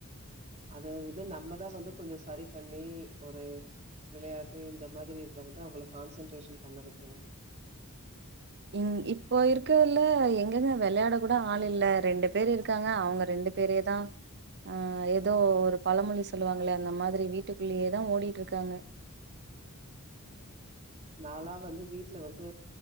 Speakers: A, on the right; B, on the right.
A: அது வந்து நம்மதான் வந்து கொஞ்சம் சரி பண்ணி ஒரு விளையாட்டு இந்த மாதிரி இதல வந்து அவங்களுக்கு கான்சன்ட்ரேஷன் பண்ண வைக்கணும்
B: இங் இப்போ இருக்கதுல எங்கெங்க விளையாட கூட ஆள் இல்ல ரெண்டு பேரு இருக்காங்க அவங்க ரெண்டு பேரேதான் அ ஏதோ ஒரு பழமொழி சொல்லுவாங்களே அந்த மாதிரி வீட்டுக்குள்ளேயேதான் ஓடிட்டு இருக்காங்க
A: நாளா வந்து வீட்டுல வந்து